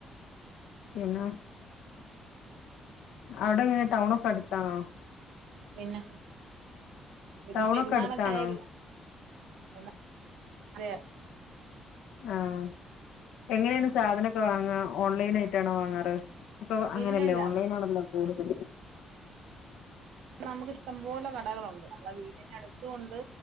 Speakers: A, on the left (about 90°); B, on the right (about 90°).
A: എന്ന അവിടെ എങ്ങനെ ടൗണൊ ടുത്താണോ
B: പിന്ന ഇപ്പൊ
A: ടൗണൊക്കെ
B: പെരുന്നാളക്ക
A: അടുത്താണോ
B: ആയല്ലോ എന്ന വേ
A: അഹ് എങ്ങനെയാണ് സാധന പ്പോ വാങ്ങ ഓൺലൈൻ ആയിട്ടാണോ വാങ്ങാറ് ഇപ്പ അങ്ങനെയല്ലേ
B: ഇല്ല ഇല്ല
A: ഓൺലൈനാണല്ലോ കൂടുതൽ
B: നമുക്കിഷ്ടം പോലെ കടകളുണ്ട് നമ്മടെ വീടിനടുത്തുണ്ട്